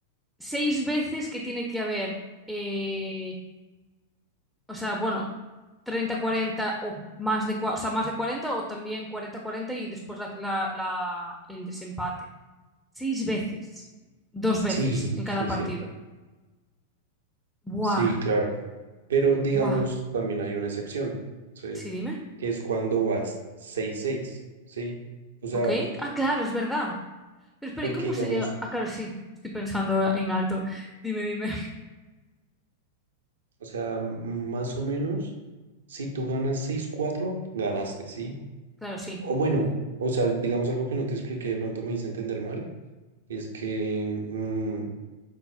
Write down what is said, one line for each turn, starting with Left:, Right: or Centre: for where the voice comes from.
Centre: seis veces que tiene que haber, eh, o sea, bueno, 30 40 o más de, cua- o sea, más de 40 o también 40 40 y después la- la- la- el desempate. Seis veces. Dos veces
Right: sí,
Centre: en cada
Right: sí,
Centre: partido.
Right: sí,
Centre: Buah,
Right: sí, claro. Pero digamos,
Centre: buah.
Right: también hay una excepción, ¿sí?
Centre: Sí, dime.
Right: Que es cuando vas seis seis ¿sí? O sea,
Centre: Ok. Ah, claro, es verdad. Pero espera,
Right: porque
Centre: ¿y cómo
Right: digamos,
Centre: se llega? Ah, claro, sí. Estoy pensando en alto. Dime, dime.
Right: o sea, más o menos, si tú ganas seis cuatro ganaste, ¿sí?
Centre: Claro, sí.
Right: O bueno, o sea, digamos algo que no te expliqué, de pronto me hice entender mal, es que mm,